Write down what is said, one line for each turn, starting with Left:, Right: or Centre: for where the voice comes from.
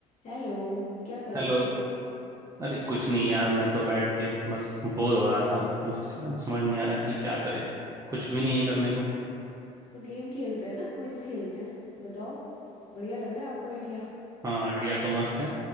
Left: हेलो क्या कर
Right: Hello
Left: रहे थे
Right: अरे कुछ नहीं यार मैं तो बैठ के बस बोर हो रहा था मुझे स- समझ नहीं आ रहा कि क्या करें कुछ भी नहीं है करने को
Left: तो गेम खेलते हैं ना क्विज खेलते हैं बताओ बढ़िया लग रहा है आपको आइडिया
Right: हाँ आइडिया तो मस्त है